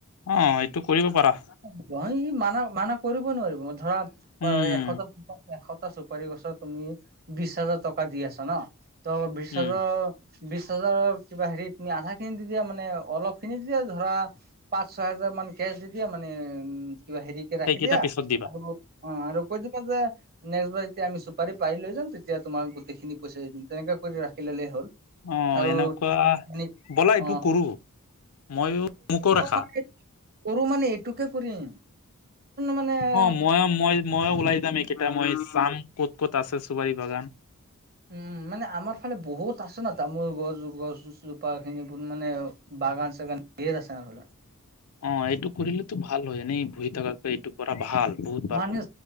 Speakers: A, on the left; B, on the right.
A: অঁহ', এইটো কৰিব পাৰা।
B: অঁহ', - ই মানা মানা কৰিব নোৱাৰিব, ধৰা
A: উম
B: এশটা, এশটা চ- চুপাৰি গছত তুমি বিশ হাজাৰ টকা দি আছা ন। ত' বিশ
A: উম
B: হাজাৰ- বিশ হাজাৰৰ কিবা হেৰিত তুমি আধা খিনি দি দিয়া মানে, অলপ খিনি দি দিয়া ধৰা পাঁচ ছয় হেজাৰ মান কেচ দি দিয়া মানে উম, কিবা হেৰি কে
A: সেইকেইটা
B: ৰাখি দিয়া
A: পিছত দিবা
B: আৰু অ, আৰু কৈ ক নেক্ ব <unintelligible> তেতিয়া আমি চুপাৰ পাই লৈ যাম তেতিয়া তোমাক গোটেইখিনি পইচা দিম তেনেকুৱা কৰি ৰাখি ললে হ'ল।
A: অ
B: আৰু
A: এনেকুৱা
B: অ',
A: ব'লা এইটো কৰো মইয়ো মোকো ৰাখা
B: মান কৰো মানে এটুকে কৰিম। মানে
A: অ, ময়ো মই ময়ো ওলাই যাম এইকেটা মই চাম ক'ত ক'ত আছে চুপাৰি বাগান।
B: উম, মানে আমাৰ ফালে বহুত আছে ন' তামোল গছ গছজোপা খিনি মানে বাগান চাগান। ধেই আছে আমাৰ ফালে।
A: অ, এইটো কৰিলেতো ভাল হয়। এনে বহি থাকাত এইটো কৰা ভাল বহুত ভাল
B: মানে
A: হ'ব